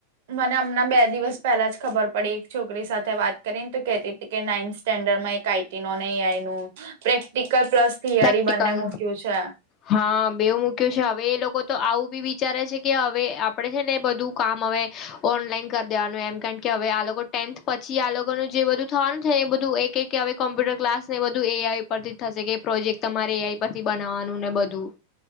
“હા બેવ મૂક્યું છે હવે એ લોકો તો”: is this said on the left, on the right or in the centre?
Left